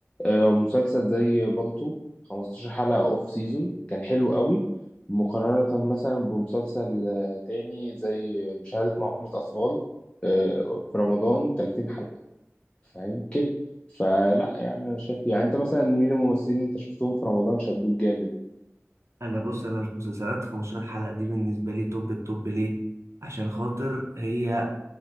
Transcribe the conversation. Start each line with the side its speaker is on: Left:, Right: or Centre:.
Left: آه، مسلسل زي بالطو 15 حلقة اوف سيزون كان حلو قوي مقارنة مثلا بمسلسل آه، تاني زي مشاهدة معاملة أطفال آه، في رمضان 30 حلقة فاهم كده فلا يعني انا شايف يعني انت مثلا مين الممثلين اللي انت شفتهم في رمضان شدوك جامد
Right: انا بص انا مش مسلسلات 15 حلقه دي بالنسبه لي توب التوب ليه عشان خاطر هي